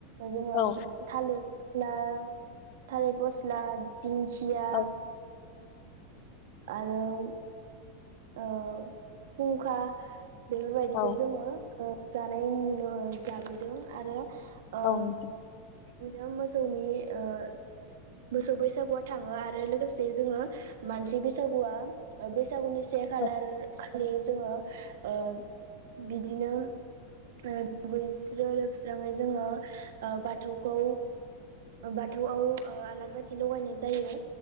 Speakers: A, on the right (about 75°); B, on the left (about 45°).
A: जोङो
B: औ
A: थालिथ ला थालिथ फस्ला दिंखिआ
B: औ
A: आरो उम ओ हुंखा बेफोरबायदिखौ
B: औ
A: जोङो ओ जानाय नुनो जाबोदों आरो
B: औ
A: ओ
B: नोंथां
A: बिदिनो मोसौनि ओ मोसौ बैसागुआ थाङो आरो लोगोसे जोङो मानसि बैसागुआ ओ बैसागुनि से खालार
B: औ
A: खालि जोङो ओ बिदिनो ओ दुगैस्रो लोबस्राङै जोङो ओ बाथौ खौ बाथौआव ओ आलारि बाथि लगायनाय जायो